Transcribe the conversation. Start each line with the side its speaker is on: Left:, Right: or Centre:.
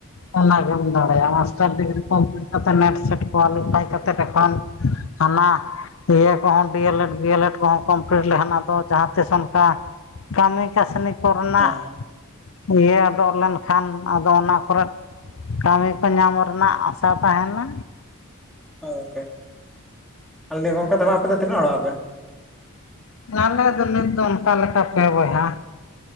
Left: ᱚᱱᱟᱜᱮᱢ ᱫᱟᱲᱮᱭᱟᱜᱼᱟ ᱢᱟᱥᱴᱟᱨ ᱰᱤᱜᱽᱨᱤ ᱠᱚᱢᱯᱤ ᱪᱤᱠᱟ. ᱛᱮ ᱱᱮᱴ ᱥᱮᱴ ᱠᱚᱞᱤᱯᱷᱟᱭ ᱠᱟᱛᱮ ᱮᱠᱷᱚᱱ ᱦᱟᱱᱟ ᱤᱭᱟᱹ ᱠᱚᱦᱚᱸ D L Ed B L Ed ᱠᱚᱦᱚᱸ ᱠᱚᱢᱯᱞᱤᱴ ᱞᱮᱠᱷᱟᱱ ᱟᱫᱚ ᱡᱟᱦᱟᱸ ᱛᱤᱥ ᱚᱱᱠᱟ ᱠᱟᱹᱢᱤ ᱠᱟᱹᱥᱱᱤ ᱠᱚᱨᱮᱱᱟᱜ
Centre: ᱦᱮᱸ
Left: ᱤᱭᱟᱹ ᱚᱰᱚᱜ ᱞᱮᱱᱠᱷᱟᱱ ᱟᱫᱚ ᱚᱱᱟ ᱠᱚᱨᱮ ᱠᱟᱹᱢᱤ ᱠᱚ ᱧᱟᱢᱚᱜ ᱨᱮᱱᱟᱜ ᱟᱥᱟ ᱛᱟᱦᱮᱱᱟ
Centre: ᱦᱚᱭ ᱜᱚᱝᱠᱮ ᱟᱫᱚ ᱜᱚᱝᱠᱮ ᱛᱟᱦᱚᱞᱮ ᱟᱯᱮ ᱫᱚ ᱛᱤᱱᱟᱹᱜ ᱦᱚᱲᱚᱜ ᱟᱯᱮ
Left: ᱟᱞᱮ ᱫᱚ ᱱᱤᱛ ᱫᱚ ᱚᱱᱠᱟ ᱞᱮᱠᱟ ᱯᱮ ᱵᱚᱭᱦᱟ